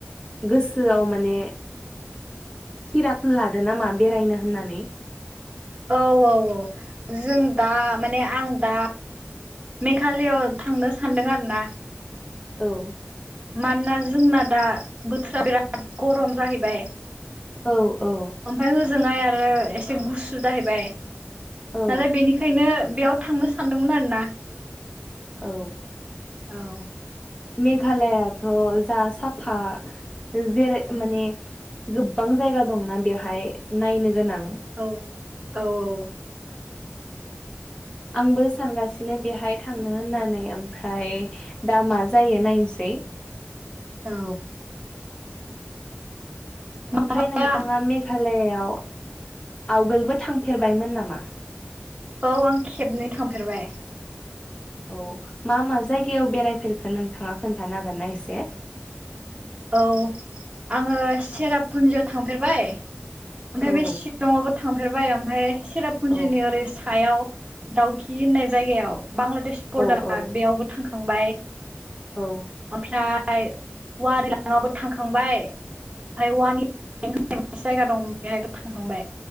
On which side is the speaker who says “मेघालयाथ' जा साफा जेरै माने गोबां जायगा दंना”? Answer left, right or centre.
Left